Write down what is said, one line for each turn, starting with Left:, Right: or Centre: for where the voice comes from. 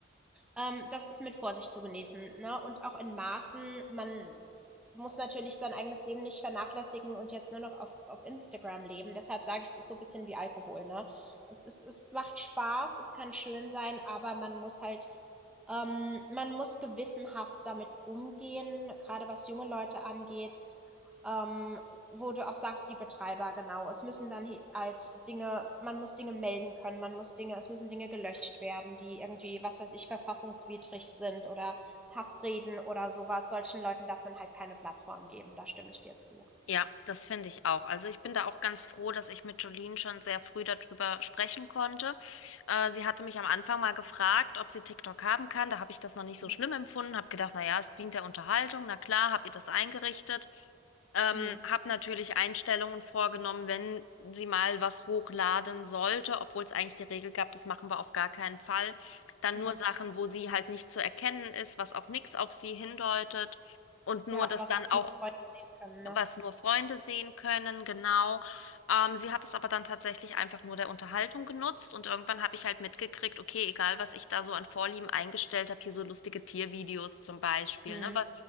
Centre: ähm, das ist mit Vorsicht zu genießen, ne? Und auch in Maßen, man muss natürlich sein eigenes Leben nicht vernachlässigen und jetzt nur noch auf, auf Instagram leben. Deshalb sage ich, es ist so ein bisschen wie Alkohol, ne? Es, ist, es macht Spaß, es kann schön sein, aber man muss halt, ähm, man muss gewissenhaft damit umgehen, gerade was junge Leute angeht. Ähm, wo du auch sagst, die Betreiber, genau. Es müssen dann halt Dinge, man muss Dinge melden können, man muss Dinge, es müssen Dinge gelöscht werden, die irgendwie, was weiß ich, verfassungswidrig sind oder Hassreden oder sowas. Solchen Leuten darf man halt keine Plattform geben, da stimme ich dir zu.
Left: Ja, das finde ich auch. Also ich bin da auch ganz froh, dass ich mit Jolene schon sehr früh darüber sprechen konnte. Äh, sie hatte mich am Anfang mal gefragt, ob sie TikTok haben kann. Da habe ich das noch nicht so
Centre: Mhm.
Left: schlimm empfunden, habe gedacht, na ja, es dient der Unterhaltung. Na klar, habe ihr das eingerichtet. Ähm,
Centre: Mhm.
Left: habe natürlich Einstellungen vorgenommen, wenn sie mal was hochladen sollte, obwohl es eigentlich die Regel gab, das machen wir auf gar keinen Fall. Dann
Centre: Mhm.
Left: nur Sachen, wo sie halt nicht zu erkennen ist, was auch nichts auf sie hindeutet. Und nur
Centre: Ja,
Left: das
Centre: was
Left: dann
Centre: auch
Left: auch
Centre: nur Freunde sehen können, ne?
Left: was nur Freunde sehen können, genau. Ähm, sie hat es aber dann tatsächlich einfach nur der Unterhaltung genutzt und irgendwann habe ich halt mitgekriegt, okay, egal was ich da so an Vorlieben eingestellt habe, hier so lustige Tiervideos zum Beispiel,
Centre: Mhm.
Left: ne? Weil